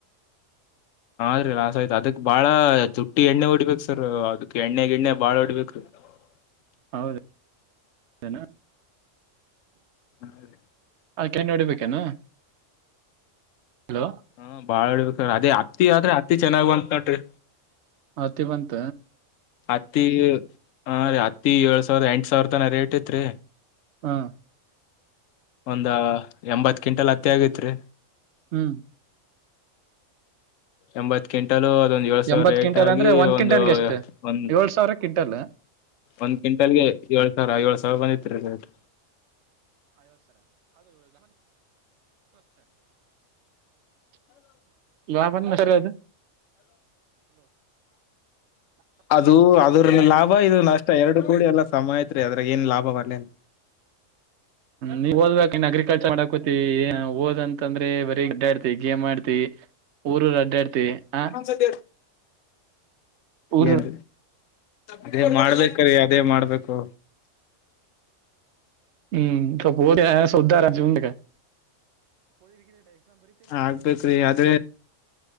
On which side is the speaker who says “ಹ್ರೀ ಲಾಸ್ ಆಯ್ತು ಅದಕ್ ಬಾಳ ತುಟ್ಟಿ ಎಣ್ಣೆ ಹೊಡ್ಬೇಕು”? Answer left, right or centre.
Left